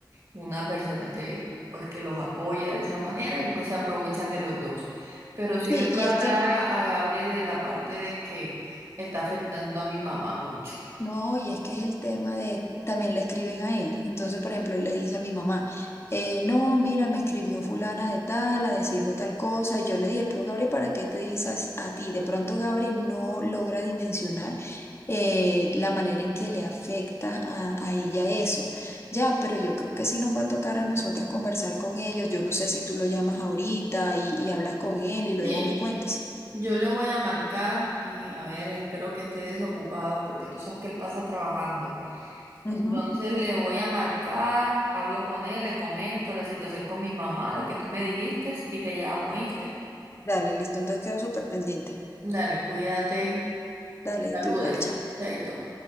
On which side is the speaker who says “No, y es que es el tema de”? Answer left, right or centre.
Left